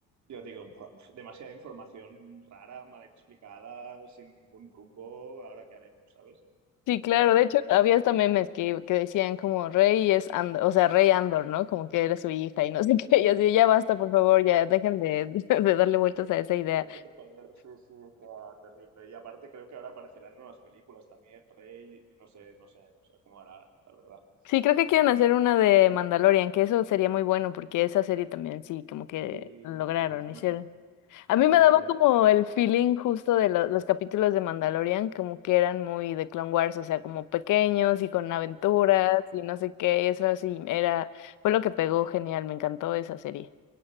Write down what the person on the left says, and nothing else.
sí, claro,
de hecho había hasta memes que, que decían como Rey es Andor, o sea, Rey Andor, ¿no? Como que era su hija y no <laughs> sé qué, y así, ya basta, por favor, ya dejen de, <laughs> de darle vueltas a esa idea.
Sí, creo que quieren hacer una de Mandalorian, que eso sería muy bueno porque esa serie también sí, como que
lograron,
hicieron.
A mí
me daba como
el feeling justo de lo- los capítulos de Mandalorian, como que eran muy de Clone Wars, o sea, como pequeños y con aventuras y no sé qué, y eso así era, fue lo que pegó genial, me encantó esa serie.